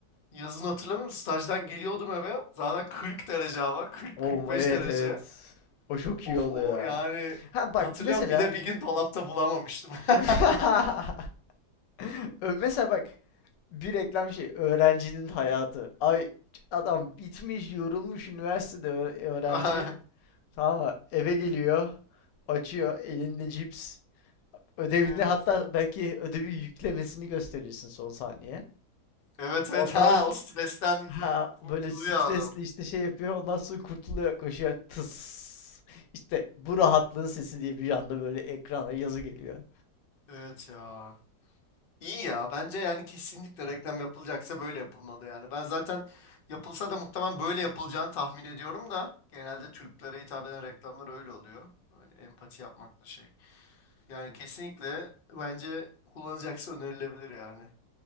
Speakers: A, on the left; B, on the left.
A: yazın hatırlamıyorum stajdan geliyordum eve zaten 40 derece hava 40-45
B: Oo evet
A: derece.
B: evet. O çok
A: Of
B: iyi oluyor.
A: o
B: ya.
A: yani
B: Ha bak
A: hatırlıyorum
B: mesela
A: bir de bir gün dolapta bulamamıştım.
B: <laughs>
A: <laughs>
B: Ö- mesela bak bir reklam şey öğrencinin hayatı. Ay adam bitmiş yorulmuş üniversitede ö- öğrenci.
A: Ay,
B: Tamam mı? Eve geliyor. Açıyor elinde cips. Ödevini
A: Evet
B: hatta belki ödevi yüklemesini gösterirsin son saniye.
A: evet evet
B: Ondan
A: ha
B: s-
A: o stresten
B: ha
A: kurtuluyor
B: böyle stresli
A: adam.
B: işte şey yapıyor. Ondan sonra kurtuluyor, koşuyor. Tıs. İşte bu rahatlığın sesi diye bir anda böyle ekrana yazı geliyor.
A: Evet ya. İyi ya bence yani kesinlikle reklam yapılacaksa böyle yapılmalı yani. Ben zaten yapılsa da muhtemelen böyle yapılacağını tahmin ediyorum da genelde Türklere hitap eden reklamlar öyle oluyor. Hani empati yapmak da şey. Yani kesinlikle bence kullanacaksa önerilebilir yani.